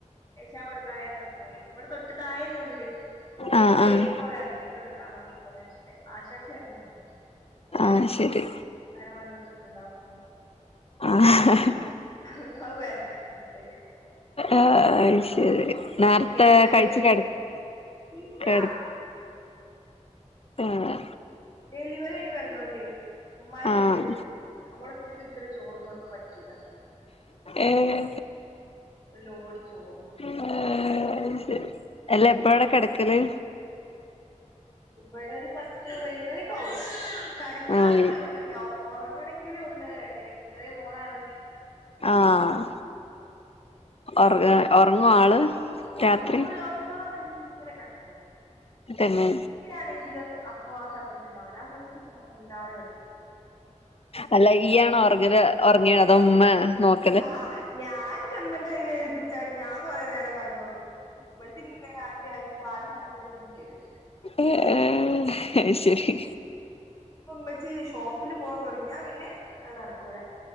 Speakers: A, on the left (about 30°); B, on the left (about 50°).
A: എശാങ്കടുക്കാനേരത്താ പോ പോയെ ഇവിടെ തൊട്ട് തായന്നെ വീട് ഓക്ക്
B: ആഹ്
A: പേടിക്കോള
B: ആഹ്
A: എറക്കിട്ട്ടുക്കാൻ വേണ്ടി പോയ ക്ഷെ ആശ <unintelligible>
B: ആഹ് ശരി
A: <unintelligible> ഇണ്ടാവും
B: ആഹ്
A: എന്നാ വെറ്തേ <unintelligible>
B: ആഹ് ശരി നേരത്തെ
A: ഡെലിവറി
B: കഴിച്ചു
A: കഴിഞ്ഞ്
B: കടകേട്
A: ഇല്ല
B: പിന്നെ
A: ഡെലിവറി കയിഞ്ഞ് കിടന്നോണ്ടേ മ്മ് മരുട്ത്തെരിപ്പം
B: ആഹ്
A: നമ്മള ഒറ്റക്ക് ഇടുക്കുന്ന ചോറൊന്നും ഓല്ക് പറ്റ റ്റൂല
B: ഏഹ്
A: ഒരു ലോഡ് ചോറുണ്ണും
B: ഏഹ് അല്ല എപ്പായഅവ്ടെ കിടക്കല്?
A: ഇവിടെ ഒരു പത്ത് പതിനൊന്നുമണിയൊക്കെയവും കെടക്കാനും
B: ആയി
A: പൈനൊണിആകും ഉറങ്ങണമെങ്കിൽ ഒന്നര രണ്ട ണി മുന്നണി ചെറിയ മോണ ആയൊണ്ട് കൊണ്ട്
B: ആഹ് ഒറ ഒറങ്ങും ആള്?
A: ഒറങ്ങൂല
B: രാത്രി
A: ഒറങ്ങാതെ ഇങ്ങനെ കടിക്കും
B: തന്നെ
A: ആണെങ്കിൽ അപ്പൊ ആ സമയത്ത് ഉണ്ടാവുല്ല ആ സമയത്ത് കൂടാതെ കേടകും
B: അല്ല ഇയാണോ ഉറങ്ങൽ ഉറങ്ങിയണ അത ഉമ്മ നോക്ക
A: ആ ഞാൻ എന്റെമ്മന്റെ കയ്ൽ ഏൽപ്പിച്ചാണ് ഞാൻ കൊറെേ നേരം കേട്ന്നുറങ്ങു ഇമ്മച്ചി ഇങ്ങനെ ആട്ടി ആട്ടി പാലോടുക്കാൻ നേരത്ത് ന്കതരു
B: ഏഹ് അഹ് ശരി
A: പ്പം മ്മച്ചി ഷോപ്പില് പോവാൻ തൊടങ്ങിയാ പിന്നെഅത് നടക്കൂല